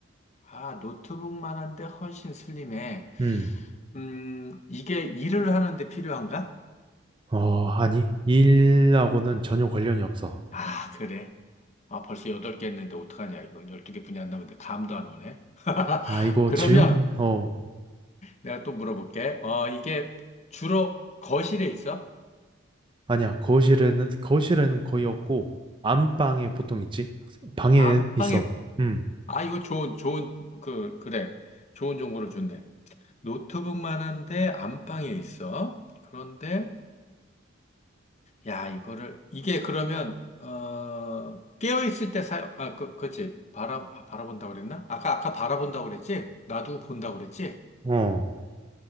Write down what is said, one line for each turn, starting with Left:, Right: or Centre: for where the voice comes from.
Left: 아, 노트북만 한데 훨씬 슬림해.
Right: 음,
Left: 음, 이게 일을 하는데 필요한가?
Right: 어, 아니. 일하고는 전혀 관련이 없어.
Left: 아, 그래. 아, 벌써 8개 했는데 어떡하냐, 이거. 1 2개분이 안 남았는데 감도 안 오네. <laughs>
Right: 아, 이거
Left: 그러면
Right: 질문, 어,
Left: 내가 또 물어볼게. 어, 이게 주로 거실에 있어?
Right: 아니야. 거실에는, 거실에는 거의 없고, 안방에 보통
Left: 음,
Right: 있지? 방에
Left: 안방에,
Right: 있어. 음,
Left: 아, 이거 좋은, 좋은, 그, 그래. 좋은 정보를 줬네. 노트북만 한데 안방에 있어. 그런데, 야, 이거를, 이게 그러면, 어, 깨어있을 때 사용, 아, 그, 그치. 바라, 아, 바라본다고 그랬나? 아까, 아까 바라본다고 그랬지? 놔두고 본다고 그랬지?
Right: 어.